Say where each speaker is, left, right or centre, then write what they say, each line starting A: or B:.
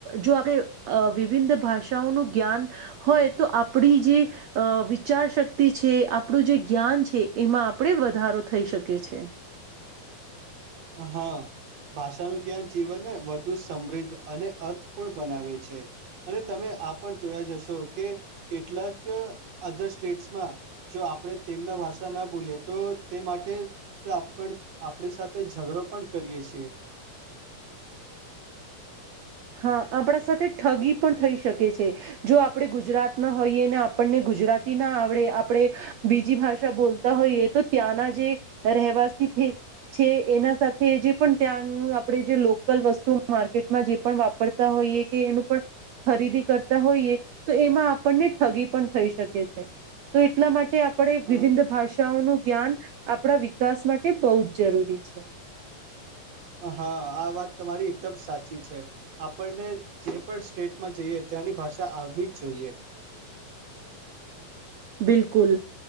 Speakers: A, on the right; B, on the right.
A: જો આપણે વિવિધ ભાષાઓનું જ્ઞાન હોય તો આપણી જે- - વિચારશક્તિ છે આપણું જે જ્ઞાન છે એમાં આપણે વધારો થઈ શકી છે.
B: હા. ભાષાનું જ્ઞાન જીવનને વધુ સમૃદ્ધ અને અર્થપૂર્ણ બનાવે છે. અને તમે આ પણ જોયા જશો કે કેટલાક અધર સ્ટેટ્સમાં જો- - આપણે તેમના ભાષા ના બોલી તો તે માટે આપણી સાથે- - ઝઘડો પણ કરીએ છીએ.
A: હા આપણા સાથે ઠગી પણ થઈ શકે છે જો આપણે ગુજરાતના હોઈએ ને આપણને ગુજરા- - ગુજરાતી ના આવડે આપણે બીજી ભાષા બોલતા હોઈએ તો ત્યાંના જે રહેવાસી- - છે એના સાથે જે પણ ત્યાં આપણે જે લોકલ વસ્તુ માર્કેટમાં જે- - પણ વાપરતા હોઈએ કે એનું પણ- - ખરીદી કરતા હોઈએ તો એમાં આપણને ઠગી પણ થઈ શકે છે. તો એટલા માટે આપણે
B: હા
A: વિવિધ ભાષા- - ભાષા નું જ્ઞાન આપણા વિકાસ માટે બહુ જ જરૂરી છે.
B: હા આ વાત તમારી એકદમ સાચી છે આપણને જે પણ સ્ટેટમાં જઈ- - તેની ભાષા આવવી જ જોઈએ.
A: બિલકુલ